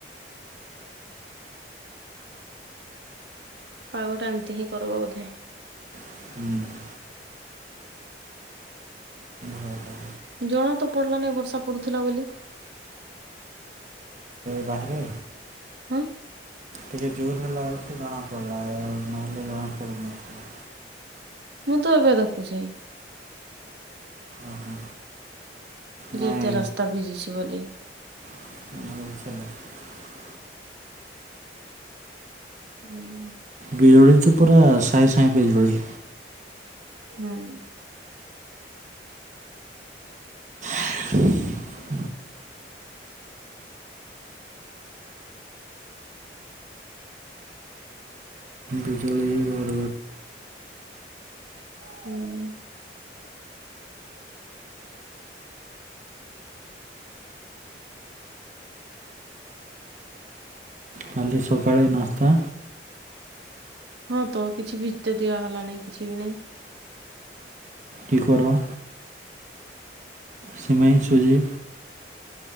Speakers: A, on the right; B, on the right.
A: ପାଗଟା ଏମିତି ହିଁ କରିବ ବୋଧେ।
B: ହୁଁ। ଭଲ
A: ଜଣା ତ ପଡିଲା ନାଇଁ ବର୍ଷା ପଡୁଥିଲା ବୋଲି।
B: ବାହରେ?
A: ହଁ।
B: ଟିକେ ଜୋର ହେଲା ବେଳ ଜଣା ପଡିଲା ନହେଲେ ଜଣା ପଡୁନଥିଲା।
A: <unintelligible> ତ <unintelligible>
B: ଓହୋ ନାଇଁ
A: ଯେତେ ରାସ୍ତା ଭିଜିଛି ବୋଲି
B: <unintelligible>
A: ହୁଁ।
B: ବିଜୁଳିତ ପୁରା ସାଇସାଇ ବିଜଳି।
A: ହୁଁ।
B: <inaudible> ବିଜୁଳି ଘର
A: ହୁଁ।
B: କାଲି ସକାଳେ ନାସ୍ତା?
A: ହଁ ତ କିଛି ଭିତରିଆ ହେଲାନାଇଁ କିଛି ବି ନାଇଁ।
B: କି କରବା? ସିମେଇଁ ସୁଜି